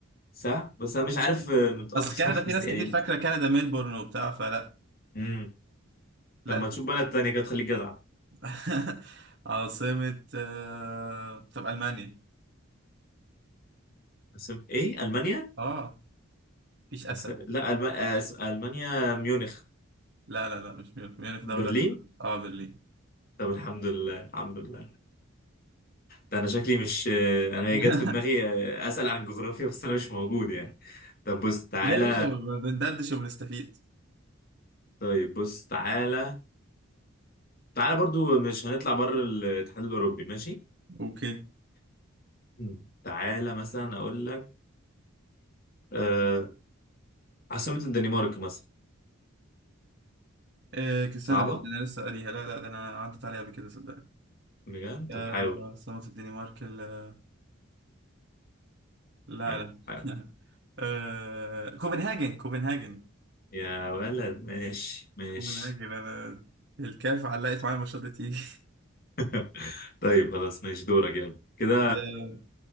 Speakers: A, on the left; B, on the right.
A: صح بس أنا مش عارف آه، نطقها
B: أصل
A: بصراحة
B: كندا في
A: بس
B: ناس
A: يعني
B: كتير فاكرة كندا ميلبورن وبتاع فلا
A: مم.
B: لا
A: طب ما تشوف بلد تانية كده تخليك جدع
B: <laughs> عاصمة آه، طب ألمانيا
A: بس إيه ألمانيا
B: أه مفيش أسهل
A: يا سا-
B: من
A: لا
B: كده
A: ألم... آه، ألمانيا ميونخ
B: لا لا لا مش ميونخ ميونخ دولة
A: برلين
B: أه برلين
A: طب الحمد لله الحمد لله ده انا شكلي مش انا هي
B: <laughs>
A: جت في دماغي آه، اسال عن الجغرافيا بس انا مش موجود يعني طب بص تعالى
B: لا يا باشا بندردش وبنستفيد
A: طيب بص تعالى تعالى برضو مش هنطلع بره الاتحاد الاوروبي ماشي
B: اوكي
A: مم. تعالى مثلا اقول لك آه... عاصمة الدنمارك مثلا
B: آه كسانة
A: صعبة
B: لا ده انا لسه قاريها لا لا ده انا عدت عليها قبل كده صدق
A: بجد طب
B: آه،
A: حاول
B: عاصمة الدنمارك ال- لا
A: حاول
B: لا
A: حاول
B: <laughs> آه، كوبنهاجن كوبنهاجن
A: يا ولد ماشي ماشي
B: كوبنهاجن انا الكاف علقت معايا الماتشات دي تيجي
A: <laughs> طيب خلاص ماشي دورك يلا كده
B: <laughs> آه،